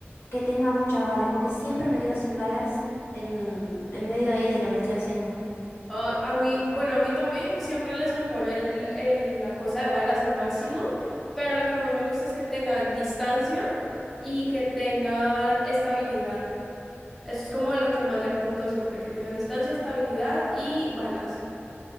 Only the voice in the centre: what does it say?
A, a mí, bueno, a mí también siempre les mejoro el, el- la cosa de balas al máximo, pero lo que más me gusta es que tengan distancia y que tengan estabilidad. Eso es como lo que más le apunto siempre, que tengan distancia, estabilidad y balas.